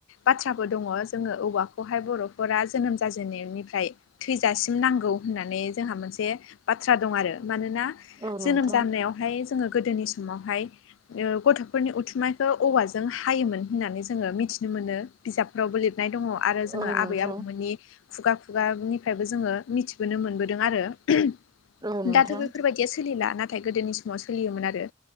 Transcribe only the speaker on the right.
औ नोंथां
औ नोंथां
औ नोंथां